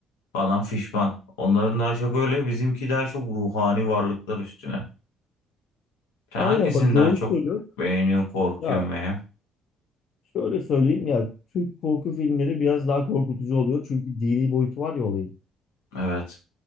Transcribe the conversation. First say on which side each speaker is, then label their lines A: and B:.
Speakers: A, on the left (about 80°); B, on the left (about 60°).
A: falan fişman. Onların daha çok öyle bizimki daha çok ruhani varlıklar üstüne. Sen
B: Aynen
A: hangisini
B: bak doğru
A: daha çok
B: söylüyorsun.
A: beğeniyorsun korkuyorsun
B: Ya
A: veya?
B: şöyle söyleyeyim ya Türk korku filmleri biraz daha korkutucu oluyor. Çünkü dini boyutu var ya olayın.
A: Evet.